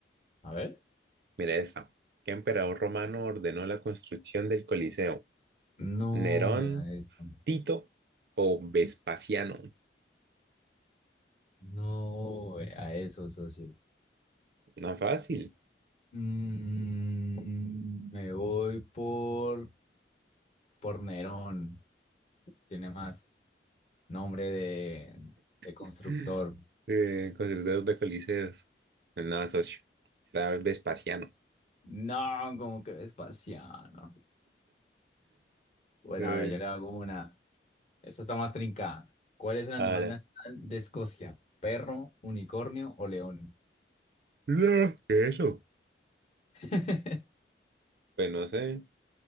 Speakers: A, on the left (about 35°); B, on the right (about 60°).
A: A ver.
B: Mira esta. ¿Qué emperador romano ordenó la construcción del Coliseo?
A: No
B: ¿Nerón,
A: vea eso.
B: Tito o Vespasiano?
A: No vea eso, socio.
B: No fácil.
A: Mm, me voy por, por Nerón. Tiene más nombre de, de constructor.
B: <laughs> Eh, constructores de coliseos. Nada, socio. Era Vespasiano.
A: No, como que Vespasiano. Bueno,
B: Eh,
A: a ver, yo le hago una. Esta está más trincada. ¿Cuál es el animal
B: ahora.
A: nacional de Escocia? ¿Perro, unicornio o león?
B: No, ¿Qué es eso?
A: <laughs>
B: Pues no sé.